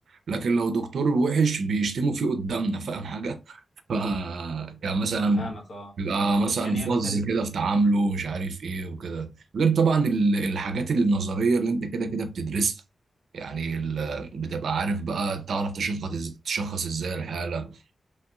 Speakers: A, on the right; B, on the left.
A: لكن لو دكتور وحش بيشتموا فيه قدامنا فاهم حاجة ف- كان مثلا
B: انا فاهمك اه
A: بيبقى
B: مم.
A: مثلا
B: يعني
A: فظ
B: هي مساله
A: كده في تعامله مش عارف ايه وكده غير طبعا ال- الحاجات النظريه اللي انت كده كده بتدرسها يعني ال- بتبقى عارف بقى تعرف تشخص تشخص ازاي الحاله